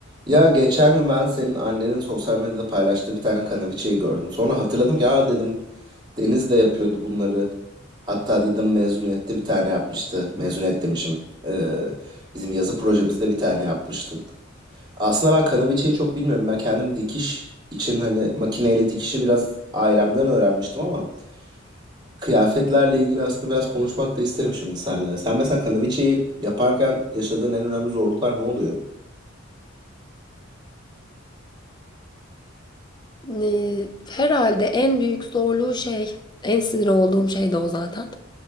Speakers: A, on the right; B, on the left.
A: Ya geçen gün ben senin annenin sosyal medyada paylaştığı bir tane kanaviçeyi gördüm. Sonra hatırladım ki aa dedim Deniz de yapıyordu bunları. Hatta dedim mezuniyette bir tane yapmıştı. Mezuniyet demişim. Ee, bizim yazı projemizde bir tane yapmıştın. Aslında ben kanaviçeyi çok bilmiyorum. Ben kendim dikiş için hani makineyle dikişi biraz ailemden öğrenmiştim ama kıyafetlerle ilgili aslında biraz konuşmak da isterim şimdi seninle. Sen mesela kanaviçeyi yaparken yaşadığın en önemli zorluklar ne oluyor?
B: Eee, herhalde en büyük zorluğu şey, en sinir olduğum şey de o zaten.